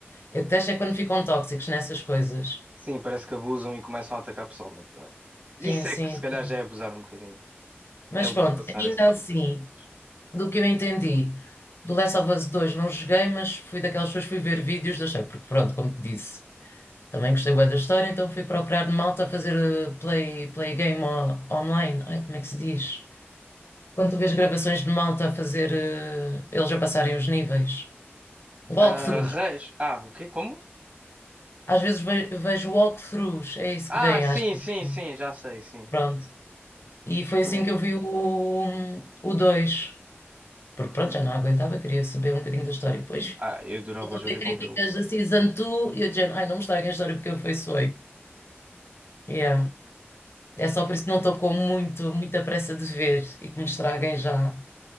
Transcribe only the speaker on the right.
Sim, parece que abusam e começam a atacar pessoalmente, não é? Isso
é que se calhar
já é abusar um bocadinho,
é ultrapassar
assim um
pouco as limites.
Ah, res... Ah, o quê? Como?
Ah,
sim,
sim,
sim, já sei, sim.
Pronto.
Ah, eu adorava
o jogo
e
comprei o.